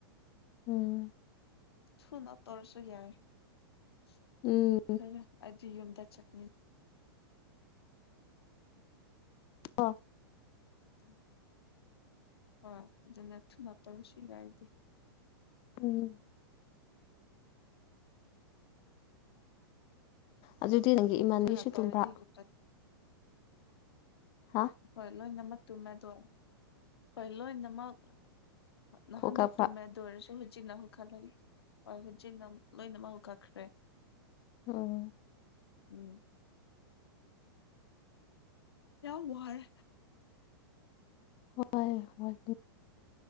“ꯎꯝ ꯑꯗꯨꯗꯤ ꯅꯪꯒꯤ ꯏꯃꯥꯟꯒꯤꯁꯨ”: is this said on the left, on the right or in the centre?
Left